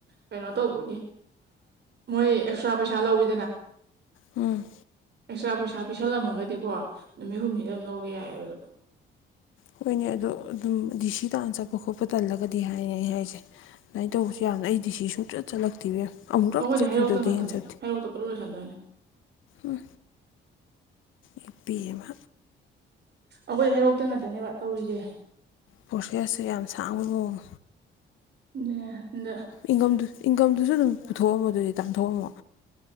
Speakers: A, on the right; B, on the left.
A: ꯀꯩꯅꯣ ꯇꯧꯕꯒꯤ ꯃꯣꯏ ꯑꯦꯛꯁꯇ꯭ꯔꯥ ꯄꯩꯁꯥ ꯂꯧꯋꯤ
B: ꯎꯝ
A: ꯑꯦꯛꯁꯇ꯭ꯔꯥ ꯄꯩꯁꯥ ꯄꯤꯁꯜꯂꯝꯃꯒꯗꯤꯀꯣ ꯅꯨꯃꯤꯠ ꯍꯨꯝꯅꯤꯗ ꯑꯗꯨꯝ ꯂꯧꯒꯦ ꯌꯥꯏꯑꯕ ꯑꯗꯨꯝ
B: ꯍꯈꯣꯏꯅꯦ ꯑꯗꯣ ꯑꯗꯨꯝ ꯗꯤ ꯁꯤ ꯇꯥꯟꯥꯟ ꯆꯠꯄ ꯈꯣꯠꯄ ꯇꯜꯂꯒꯗꯤ ꯍꯥꯏꯅꯤ ꯑꯩ ꯍꯥꯏꯁꯦ ꯑꯗꯨꯃꯥꯏꯅ ꯇꯧꯕꯁꯨ ꯌꯥꯅ ꯑꯩꯗꯤ ꯁꯤ ꯁꯨꯡꯆꯠ ꯆꯠꯂꯛꯇꯤꯕ ꯑꯃꯨꯛ ꯔꯛ
A: ꯑꯩꯈꯣꯏꯗꯤ
B: ꯆ
A: ꯍꯩꯔꯣꯛꯇ
B: ꯀ꯭ꯌꯨꯗꯗꯒꯤ
A: ꯉꯥꯛꯇꯅꯦ
B: ꯍꯦꯟ ꯆ
A: ꯍꯩꯔꯣꯛꯇ ꯄꯨꯂꯞ ꯂꯣꯏꯁꯟꯗꯣꯏꯅꯦ
B: ꯎ ꯅꯨꯄꯤ ꯑꯃ
A: ꯑꯩꯈꯣꯏ ꯍꯩꯔꯣꯛꯇ ꯉꯇꯅꯦꯕ ꯇꯧꯔꯤꯁꯦ
B: ꯄ꯭ꯔꯣꯠꯁꯦꯁꯁꯨ ꯌꯥꯝ ꯁꯥꯡꯕ ꯃꯑꯣꯡ
A: ꯎ
B: ꯏꯪꯀꯝꯗꯨ ꯏꯟꯀꯝꯗꯨꯁꯨ ꯑꯗꯨꯝ ꯄꯨꯊꯣꯛꯑꯝꯃꯣ ꯑꯗꯨꯗꯤ ꯇꯥꯟꯊꯣꯛꯑꯝꯃꯣ